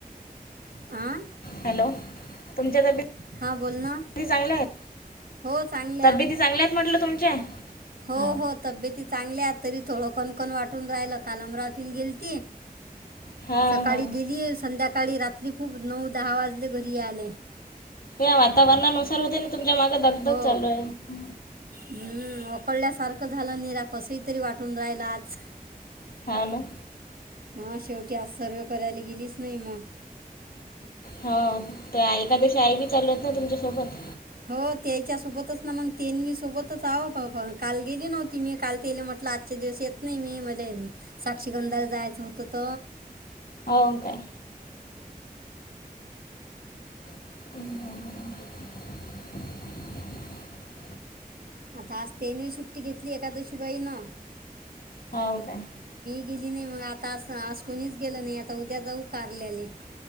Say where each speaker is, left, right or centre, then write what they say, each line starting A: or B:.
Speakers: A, on the right; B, on the left.
A: आ,
B: हॅलो,, तुमच्यातबऽ
A: हां बोल ना
B: चांगले आहेत,,
A: हो चांगले आहात
B: तब्येत चांगल्या आहेत म्हटलं तुमच्या.
A: हो,
B: हा
A: हो, तब्येती चांगल्याऽ तरी थोडं कणकण वाटून राहिल काल अमरावतीला गेल ती.
B: हा
A: सकाळी
B: हा
A: गेली, संध्याकाळी रात्री खूप नऊ, दहा वाजले घरी याले.
B: या वातावरणानुसार होते ना, तुमच्या मागे धगधग
A: हो
B: चालू आह.
A: हम्म,, कळल्यासारखं झालं निीरा कसही तरी वाटून राहिल आच.
B: हा ना
A: हा शेवटी आज सर्व करायला गेलीच नाही मग
B: हा ते एकादशी आई मी चालूत ना तुमच्यासोबत
A: हो त्याच्या सोबतच ना मग तेी सोबतच आवं काल गेली नव्हती मी काल तेले म्ह आजचे दिवस येत नाही मी मज साक्षीगंधाल जायचं होत त
B: होओ काय ह
A: आता आजतेने सुट्टी घेतली एखकादशी बाई ना
B: होा का
A: गेली नाही मग आता आज कोणीच गेल नाही आता उद्या जाऊ कारलेले